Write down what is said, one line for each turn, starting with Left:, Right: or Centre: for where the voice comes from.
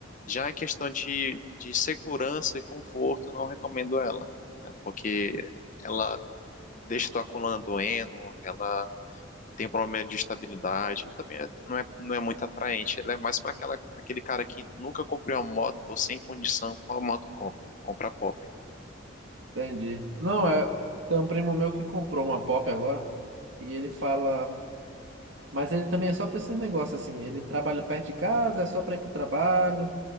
Left: Já a questão de, de segurança e conforto, eu não recomendo ela, né? Porque ela deixa tua coluna doendo, ela tem problema de estabilidade, e também é- não é, não é muito atraente. Ela é mais para aquela, aquele cara que nunca comprou uma moto, tô sem condição, qual moto compra? Compra pop.
Right: Entendi. Não, é. Tem um primo meu que comprou uma pop agora. E ele fala. Mas ele também é só pra esse negócio assim. Ele trabalha perto de casa, é só pra ir pro trabalho,